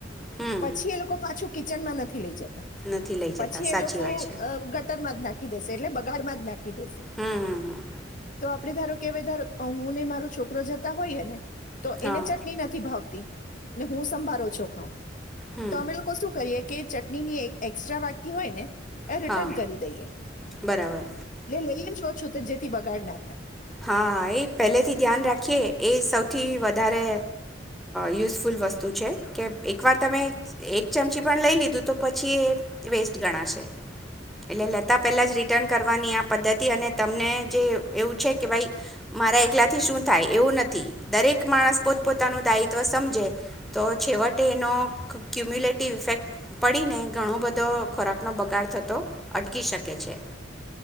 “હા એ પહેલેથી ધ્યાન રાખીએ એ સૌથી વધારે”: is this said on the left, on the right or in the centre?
Centre